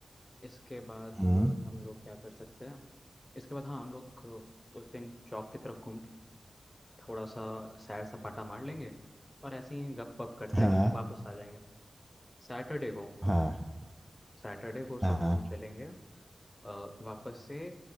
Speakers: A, on the left (about 15°); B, in the centre.
A: इसके बाद
B: हम्म
A: अ, हम लोग क्या कर सकते हैं इसके बाद हाँ हम लोग अ, उस दिन चौक की तरफ घूम थोड़ा सा सैर सपाटा मार लेंगे और ऐसे ही गप वप करते
B: हाँ
A: हुए वापस आ जाएंगे सैटरडे को
B: हाँ
A: सैटरडे को सुबह
B: हाँ हाँ।
A: हम चलेंगे अ, वापस से